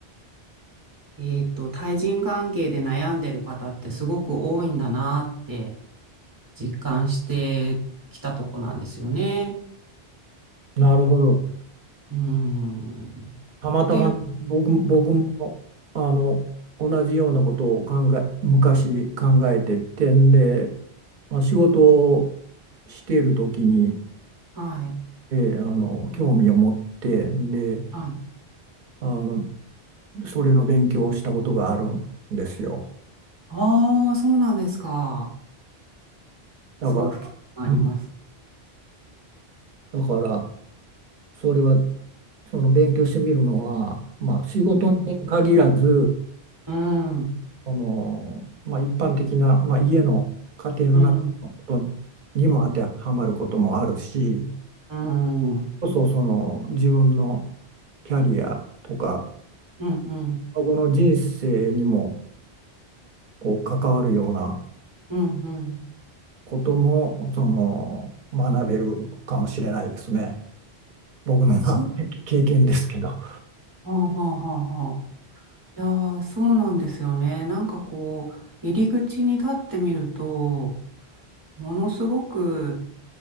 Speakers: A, on the right; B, on the right.
A: えっと、対人関係で悩んでる方ってすごく多いんだなって実感してきたとこなんですよね。
B: なるほど。
A: うん。っ
B: たまたま僕、
A: ていう、
B: 僕もあの同じようなことを考え、昔考えててんで、まあ、仕事をしている時に、
A: はい。
B: えーあの興味を持ってで
A: はい。
B: あのそれの勉強をしたことがあるんですよ。
A: ああ、そうなんですか。
B: だから、
A: すごく興味があります。
B: うんだから、それは、その勉強してみるのは、まあ、仕事に限らず、
A: うん。うん。
B: その、まあ、一般的な、まあ、家の家庭の中のことにも当てはまることもあるし、
A: うん。うん。
B: こそその自分のキャリアとか、
A: うん、うん、
B: この人生にもこう関わるような
A: うん、うん。
B: ことも、その、学べるかもしれないですね。僕の、まあ、
A: そう
B: 経験ですけど。
A: なんです。はあはあはあはあ。いやー、そうなんですよね。なんかこう、入り口に立ってみると、ものすごく